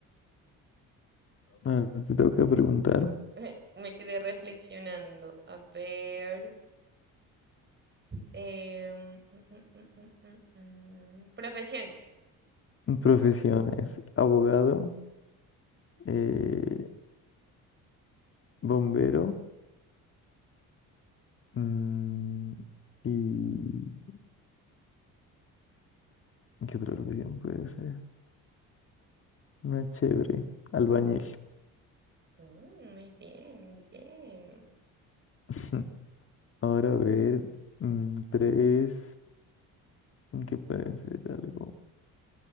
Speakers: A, on the left; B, on the right.
A: ahora te toca preguntar.
B: <laughs> Me quedé reflexionando. A ver. em, mm, mm, mm, mm, mm, mm, Profesiones.
A: Profesiones, abogado, eh, bombero, mm, y ¿qué otra profesión puede ser? Una chévere, albañil.
B: Mm, muy bien, muy bien.
A: <laughs> Ahora a ver, mm, tres. que puede ser algo.